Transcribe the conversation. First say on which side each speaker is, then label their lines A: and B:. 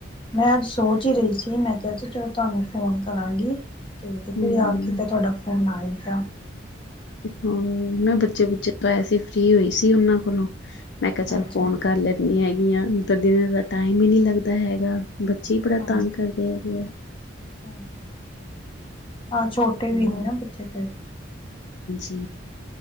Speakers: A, on the left; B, on the left.
A: ਮੈਂ ਅੱਜ ਸੋਚ ਹੀ ਰਹੀ ਸੀ। ਮੈਂ ਕਿਹਾ ਸੀ ਚਲੋ ਤੁਹਾਨੂੰ ਫੋਨ ਕਰਾਂਗੀ। ਤੇ ਦੇਖੋ
B: ਹੂੰ।
A: ਯਾਦ ਕੀਤਾ ਤੁਹਾਡਾ ਫੋਨ ਆਯਾ। ਅੱਛਾ
B: ਹੋਰ ਮੈਂ ਬੱਚੇ ਬੁੱਚੇ ਪਾਏ ਸੀੇ ਫ੍ਰਰੀ ਹੋਈ ਸੀ ਉਹਨਾਂ ਕੋਲੋਂ ਮੈਂ ਕਿਹਾ ਚੱਲ
A: ਅੱਛਾ
B: ਫੋਨ
A: ਅੱਛਾ
B: ਕਰ ਲੈਂਦੀ ਹੈਗੀ ਆਂ ਤਾਂ ਦਿਨਾਂ ਦਾ ਟਾਈਮ ਹੀ ਨਹੀਂ ਲੱਗਦਾ ਹੈਗਾ ਬੱਚੇ ਹੀ ਬੜਾ
A: ਹਾਂਜੀ
B: ਤੰਗ ਕਰਦੇ ਹੈਗੇ ਆ
A: ਹਾਂਜੀ ਹਾਂਜੀ ਹਾਂ ਛੋਟੇ
B: ਹਮ
A: ਵੀ ਨੇ ਨਾ ਬੱਚੇ ਫਿਰ
B: ਜੀ